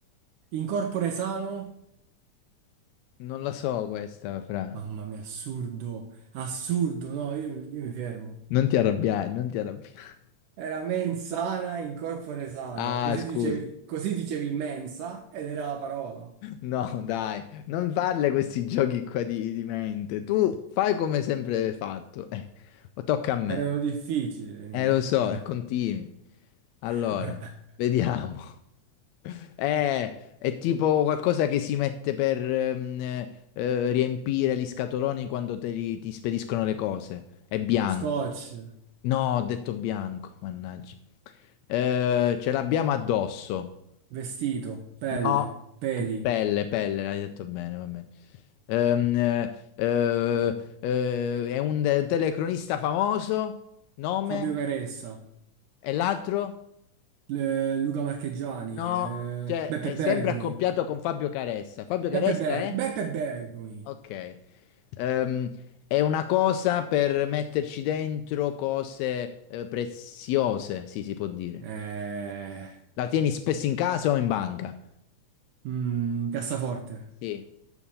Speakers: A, on the right; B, on the left.
A: incorpore sano?
B: Non la so questa, fra.
A: Mamma mia, assurdo, assurdo, no, io, io mi fermo.
B: Non ti arrabbiare, non ti arrabbiare.
A: Era mensana, incorpore sano,
B: Ah,
A: così
B: scusi.
A: dicevi, così dicevi mensa ed era la parola.
B: No, dai, non farle questi giochi qua di, di mente. Tu fai come sempre hai fatto. Eh, tocca a me.
A: Erano difficili le mie.
B: Eh, lo so,
A: Era-
B: e continui. Allora,
A: <laughs>
B: vediamo. <laughs> Eh, è tipo qualcosa che si mette per ehm, eh, eh, riempire gli scatoloni quando te li- ti spediscono le cose. È bianco.
A: Scotch,
B: No, ho detto bianco, mannaggia. Eh, ce l'abbiamo addosso.
A: vestito, pelle,
B: No,
A: peli,
B: pelle, pelle, l'hai detto bene, va bene. Ehm, eh, eh, eh, è un de- telecronista famoso. Nome?
A: Fabio Caressa,
B: E l'altro?
A: le- Luca Marchegiani,
B: No,
A: eh,
B: cioè
A: Beppe
B: è
A: Bergomi,
B: sempre accoppiato con Fabio Caressa. Fabio Caressa
A: Beppe, Be-
B: è?
A: Beppe Bergomi,
B: Ok. Ehm, è una cosa per metterci dentro cose eh, preziose, sì, si può dire.
A: eh,
B: La tieni spesso in casa o in banca?
A: mm, Cassaforte.
B: Sì.